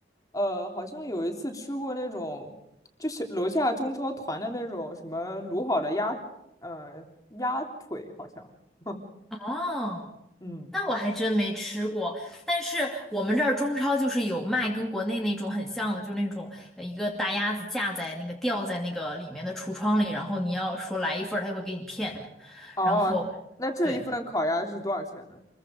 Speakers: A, on the left; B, in the centre.
A: 呃，好像有一次吃过那种，就是楼下中超团的那种什么卤好的鸭，呃，鸭腿好像，<laughs>
B: 哦，
A: 嗯，
B: 那我还真没吃过，但是我们这儿中超就是有卖跟国内那种很像的，就那种呃一个大鸭子架在那个吊在那个里面的橱窗里，然后你要说来一份儿，他就会给你片，
A: 哦，
B: 然后。
A: 那这一份烤鸭是多少钱呢？
B: 对。